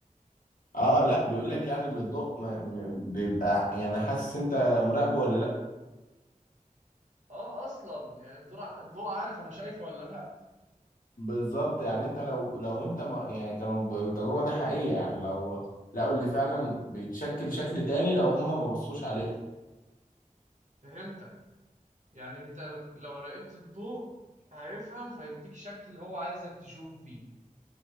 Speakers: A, on the left; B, on the right.
A: اه لا بيقول لك يعني اللي الضوء ما م- بيبقى يعني حاسس انت مراقبه ولا لا
B: اه اصلا يعني الضوء ع- الضوء عارف انا شايفه ولا لا
A: بالظبط يعني انت لو لو انت ما يعني كانوا ب- التجربه دي حقيقيه يعني لو لقوا اللي فعلا بيتشكل شكل تاني لو هم ما بصوش عليه
B: فهمتك يعني انت لو راقبت الضوء هيفهم فيديك شكل هو عايزك تشوفه فيه